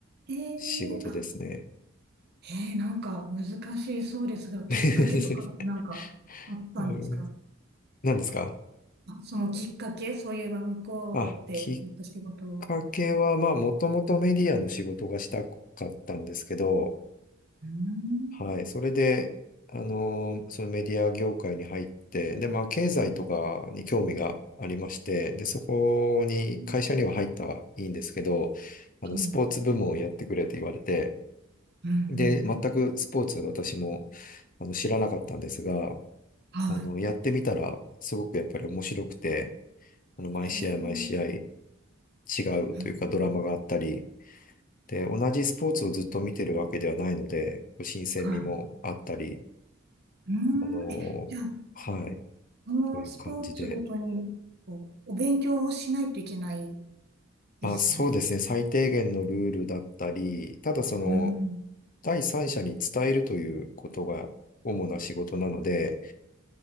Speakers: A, on the right (about 55°); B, on the left (about 45°).
A: えー、
B: 仕事ですね。
A: あ、えー、なんか難しいそうですが、きっかけとかなんかあったんですか
B: <laughs> うん何ですか
A: あ、そのきっかけ、そういえば向こうでやった仕事を。
B: あ、きっかけは、まあ、もともとメディアの仕事がしたかったんですけど、
A: うん。
B: はい、それで、あのーそのメディア業界に入って、で、まあ、経済とかに興味がありまして、で、そこに、
A: うん。
B: 会社には入ったはいいんですけど、あの、
A: うん。
B: スポーツ部門をやってくれって言われて、
A: うんうん
B: で、全くスポーツ私も、あの、知らなかったんですが、あ
A: は
B: の、やってみたら、すごくやっぱり面白くて、あの、毎試合毎試合
A: い。えー
B: 違うというかドラマがあったり、
A: うん
B: で、同じスポーツをずっと見てるわけではないので、新鮮味もあったり、
A: はい。うーん。
B: あのーはい、
A: え、じゃあ、このスポーツごとに、
B: という感じで。
A: こう、お勉強をしないといけないですね。
B: まあそうですね、最低限のルールだったり、ただその、
A: うん。
B: 第三者に伝えるということが主な仕事なので、